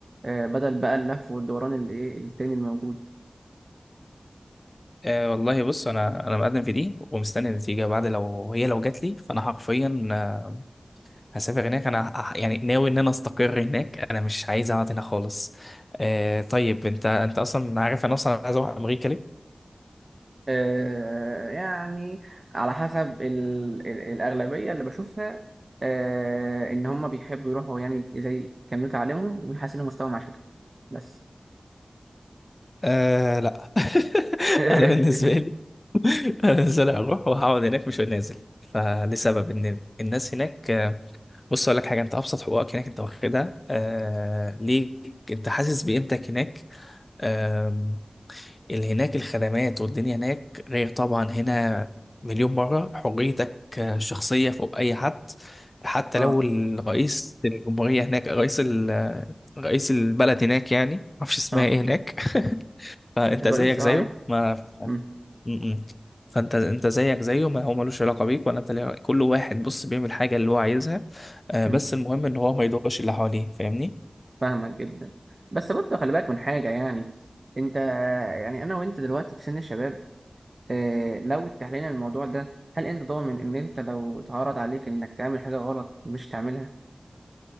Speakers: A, on the right; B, on the left.
A: آه، بدل بقى اللف والدوران اللي ايه التاني الموجود
B: آه والله بص أنا أنا مقدم في دي ومستني النتيجة بعد لو هي لو جات لي فأنا حرفيا آه، هسافر هناك أنا ه- يعني ناوي إن أنا أستقر هناك أنا مش عايز أقعد هنا خالص آه طيب أنت أنت أصلا عارف أنا أصلا عايز أروح أمريكا ليه؟
A: آه، يعني على حسب ال... ال... الأغلبية اللي بشوفها آه، إن هم بيحبوا يروحوا يعني زي يكملوا تعليمهم ويحسنوا مستوى معيشتهم بس
B: آه لا <laughs>
A: <laughs>
B: أنا بالنسبة لي <laughs> أنا بالنسبة لي هروح وهقعد هناك مش نازل فلسبب إن الناس هناك آه، بص أقول لك حاجة أنت أبسط حقوقك هناك أنت واخدها آه ليك أنت حاسس بقيمتك هناك آم، اللي هناك الخدمات والدنيا هناك غير طبعا هنا مليون مرة حريتك الشخصية فوق أي حد حتى
A: اه
B: لو الرئيس الجمهورية هناك رئيس ال- رئيس البلد هناك يعني معرفش اسمها
A: اه
B: ايه هناك <laughs> فأنت
A: الرئيس
B: زيك زيه
A: اه عادي
B: ما
A: مم،
B: م- م. فأنت أنت زيك زيه ما هو ملوش علاقة بيك ولا أنت ليه علاقة- كل واحد بص بيعمل حاجة اللي هو عايزها آه،
A: مم،
B: بس المهم إن هو ما يضرش اللي حواليه فاهمني؟
A: فاهمك جدا بس برضه خلي بالك من حاجة يعني انت يعني انا وانت دلوقتي في سن الشباب آه، لو اتحلينا الموضوع ده هل انت ضامن ان انت لو اتعرض عليك انك تعمل حاجة غلط مش تعملها